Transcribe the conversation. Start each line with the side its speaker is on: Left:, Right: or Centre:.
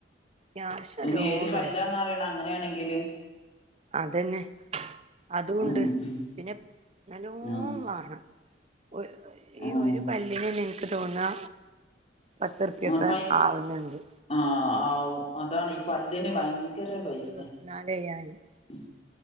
Right: കാഷ് നല്ലോണം
Left: ഇനി ഏത് പല്ലാന്നറിയണം
Right: വേണം
Left: അങ്ങനെയാണെങ്കില്
Right: അതന്നെ അതു ഉണ്ട്
Left: ഉം ഉം
Right: പിന്നെ നല്ലോ
Left: ആഹ്
Right: വേണം ഒഹ് ഈ
Left: ആഹ്
Right: ഒരു പല്ലിനന്നെ എനിക്ക് തോന്നാ പത്തുറുപ്പ്യൊക്കെ
Left: അപ്പ ഈ
Right: ആവുന്നുണ്ട്
Left: ആഹ് ആവും അതാണ് ഈ പല്ലിന് ഭയങ്കര പൈസ
Right: ഇരുപത്തിനാലയ്യായിരം
Left: ഉം